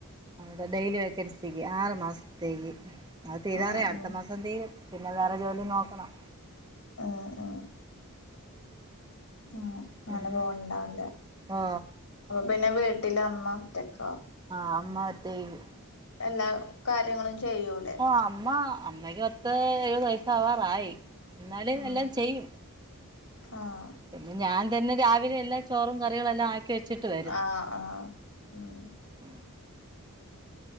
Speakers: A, on the right (about 20°); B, on the left (about 80°).
A: അവടെ ഡെയലി വേക്കൻസിക്ക് ആറ്ു മാസത്തേക്ക് അത് തീരാറേ
B: ഉം
A: അടുത്ത
B: ഉം
A: മാസം തീ പിന്നെ വേറെ ജോലി നോക്കണം
B: ആഹ ആഹ ഉം അങ്ങനെ
A: പിന്നെ
B: പോകണിണ്ടാവല്ലേ
A: ഓ
B: പിന്നെ വീട്ടിലമ്മ ഒറ്റക്ക
A: ആഹ് അമ്മ ഒറ്റക്ക്
B: എല്ലാ കാര്യങ്ങളും ചെയ്യൂലേ
A: ഓ അമ്മ അമ്മ <unintelligible> പത്ത് എഴുത് വയസാവാറായി എന്നാല്
B: ഉം
A: എല്ലാം ചെയ്യും
B: ആഹ്
A: പിന്നെ ഞാൻ തന്നെ രാവിലെ എല്ലാ ചോറും കറികളെല്ലാം ആക്കി വെച്ചിട്ട് വരും
B: ആഹ് ആഹ് ഉം
A: <unintelligible>